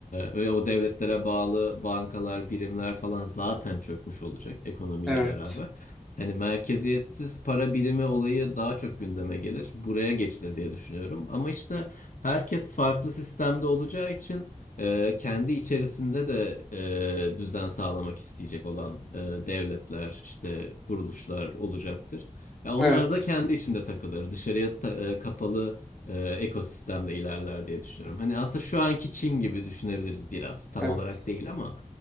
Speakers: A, on the left (about 70°); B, in the centre.
A: ve o devletlere bağlı bankalar, birimler falan zaten çökmüş olacak ekonomiyle
B: Evet.
A: beraber. Hani merkeziyetsiz para birimi olayı daha çok gündeme gelir. Buraya geçilir diye düşünüyorum. Ama işte herkes farklı sistemde olacağı için e, kendi içerisinde de e, düzen sağlamak isteyecek olan e, devletler, işte kuruluşlar olacaktır. Ya onlar
B: Evet.
A: da kendi içinde takılır, dışarıya ta- e, kapalı e, ekosistemde ilerler diye düşünüyorum. Hani aslında şu anki Çin gibi düşünebiliriz biraz, tam
B: Evet.
A: olarak değil ama